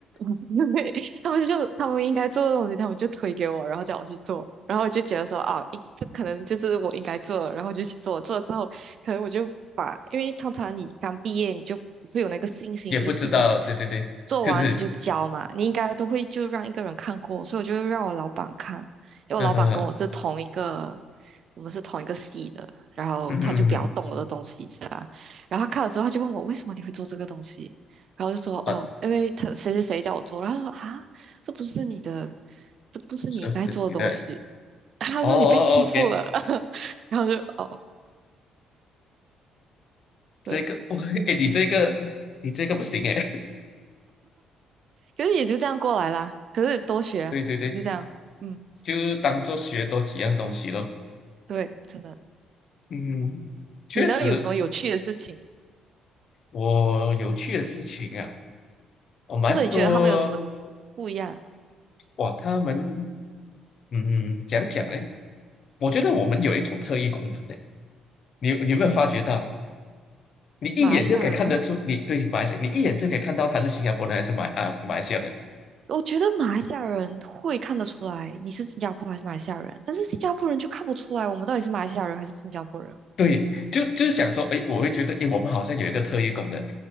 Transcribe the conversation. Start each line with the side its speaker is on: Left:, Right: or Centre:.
Right: <laughs> 对，他们就他们应该做的东西，他们就推给我，然后叫我去做，然后我就觉得说啊，一这可能就是我应该做的，然后就去做，做了之后，可能我就把，因为通常你刚毕业，你就不会有那个信心，
Left: <laughs> 也不知道，
Right: 就是自己
Left: 对对对，
Right: 做完你就交嘛，
Left: 就是，
Right: 你应该都会就让一个人看过，所以我就让我老板看，因为我老板跟我是同一个，
Left: 嗯嗯
Right: 我们是同一个系的，然后他就比较懂我的东西，
Left: 嗯嗯，
Right: 这样，然后他看了之后，他就问我为什么你会做这个东西。然后就说哦，
Left: 啊，
Right: 因为他谁谁谁叫我做，然后他说啊，这不是你的，这不是你应该做的东西。
Left: 这呃你的。
Right: <laughs> 他说你被欺负了，
Left: 哦哦哦，OK，
Right: <laughs> 然后就哦，
Left: 这个不会
Right: 对，
Left: <laughs>，哎，你这个你这个不行哎，
Right: 可是也就这样过来啦。可是多学啊也是这样，
Left: <laughs> 对对对，
Right: 嗯，
Left: 就当做学多几样东西咯。
Right: 对，真的。
Left: 嗯，确实，
Right: 你呢，有什么有趣的事情，
Left: 我有趣的事情啊，我蛮多
Right: 或者你觉得他们有什么不一样？
Left: 哇，他们嗯讲讲嘞，我觉得我们有一种特异功能的，你你有没有发觉到？你一眼就可以看得出，
Right: 马来西亚人吗？
Left: 你对马来西亚，你一眼就可以看到他是新加坡人还是马啊马来西亚人。
Right: 我觉得马来西亚人会看得出来你是新加坡还是马来西亚人，但是新加坡人就看不出来我们到底是马来西亚人还是新加坡人。
Left: 对，就就是想说，哎，我会觉得，哎，我们好像有一个特异功能，